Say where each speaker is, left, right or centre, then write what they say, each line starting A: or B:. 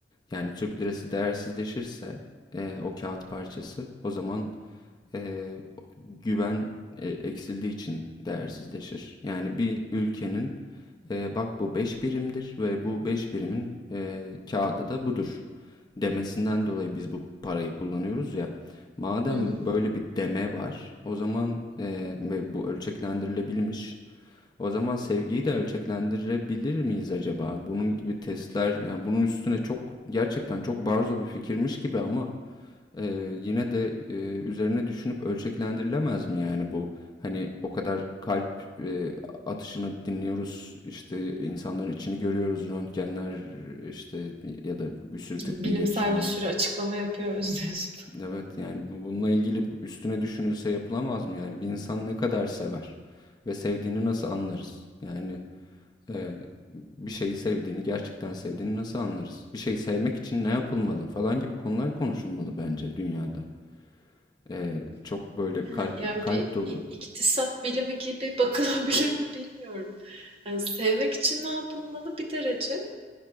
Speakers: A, on the left; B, on the right.
A: yani Türk lirası değersizleşirse e, o kağıt parçası o zaman e, güven e, eksildiği için değersizleşir. Yani bir ülkenin e, bak bu 5 birimdir ve bu 5 birimin e, kağıdı da budur demesinden dolayı biz bu parayı kullanıyoruz ya. Madem
B: hı.
A: böyle bir deme var, o zaman e, ve bu ölçeklendirilebilmiş o zaman sevgiyi de ölçeklendirebilir miyiz acaba? Bunun gibi testler yani bunun üstüne çok gerçekten çok barzo bir fikirmiş gibi ama e, yine de e, üzerine düşünüp ölçeklendirilemez mi yani bu? Hani o kadar kalp e, atışını dinliyoruz işte insanların içini görüyoruz röntgenler işte ya da bir sürü tıbbi
B: Bilimsel
A: gelişme.
B: bir sürü açıklama yapıyoruz diyorsun.
A: Evet yani bu- bununla ilgili üstüne düşünülse yapılamaz mı yani? Bir insan ne kadar sever ve sevdiğini nasıl anlarız? Yani ee, bir şeyi sevdiğini, gerçekten sevdiğini nasıl anlarız? Bir şeyi sevmek için ne yapılmalı falan gibi konular konuşulmalı bence dünyada. Ee, çok böyle
B: <laughs> Ehe,
A: kalp
B: Yani
A: kalp
B: bir
A: dolu.
B: i- iktisat bilimi gibi <laughs> bakılabilir mi bilmiyorum. Yani sevmek için ne yapılmalı bir derece.